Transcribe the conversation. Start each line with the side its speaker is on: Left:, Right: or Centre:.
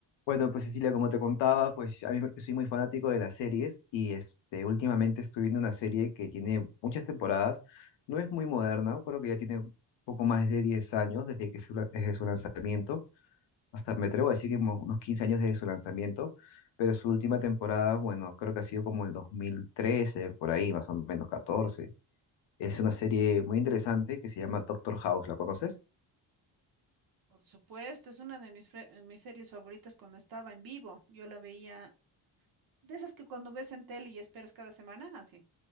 Left: Bueno, pues Cecilia, como te contaba, pues a mí me- yo soy muy fanático de las series y este, últimamente estoy viendo una serie que tiene muchas temporadas, no es muy moderna, creo que ya tiene un poco más de 10 años desde que su, desde su lanzamiento, hasta me atrevo a decir que mo- unos 15 años desde su lanzamiento, pero su última temporada, bueno, creo que ha sido como el 2013, por ahí, más o menos 14. Es una serie muy interesante que se llama Doctor House, ¿la conoces?
Right: Por supuesto, es una de mis, fre- eh, mis series favoritas cuando estaba en vivo. Yo la veía, de esas que cuando ves en tele y esperas cada semana, así.